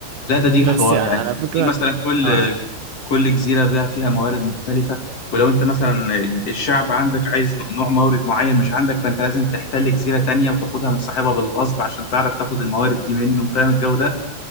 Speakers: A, on the left; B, on the right.
A: لا ده دي
B: بس
A: حوار
B: يعني
A: يعني
B: على فكرة
A: دي مثلا كل
B: أنا
A: كل جزيرة بقى فيها موارد مختلفة ولو انت مثلا الشعب عندك عايز نوع مورد معين مش عندك فانت لازم تحتل جزيرة تانية وتاخدها من صاحبها بالغصب عشان تعرف تاخد الموارد دي منه فاهم الجو ده